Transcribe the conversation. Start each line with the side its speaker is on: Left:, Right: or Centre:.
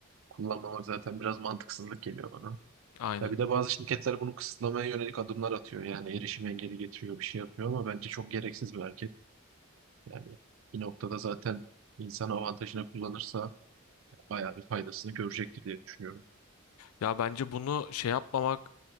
Right: kullanmamak zaten biraz mantıksızlık geliyor bana.
Left: aynen.
Right: Ya bir de bazı şirketler bunu kısıtlamaya yönelik adımlar atıyor. Yani erişim engeli getiriyor, bir şey yapıyor ama bence çok gereksiz bir hareket. Yani bir noktada zaten insan avantajını kullanırsa bayağı bir faydasını görecektir diye düşünüyorum.
Left: Ya bence bunu şey yapmamak